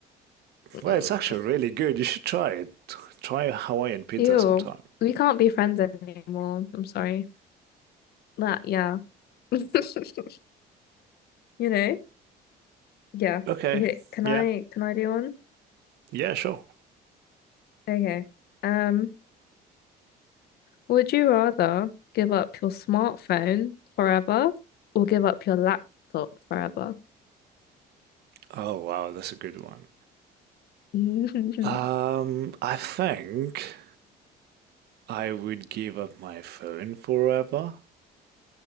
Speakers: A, on the left; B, on the right.
A: mm,
B: Well, it's actually really good. You should try it. Try a Hawaiian pizza
A: ew.
B: sometime.
A: We can't be friends anymore. I'm sorry. That, yeah. <laughs> You know? Yeah.
B: Okay,
A: Okay. Can
B: yeah.
A: I can I do one?
B: Yeah, sure.
A: Okay. Um, would you rather give up your smartphone forever or give up your laptop forever?
B: Oh, wow, that's a good one.
A: <laughs> Do
B: Um, I think I would give up my phone forever.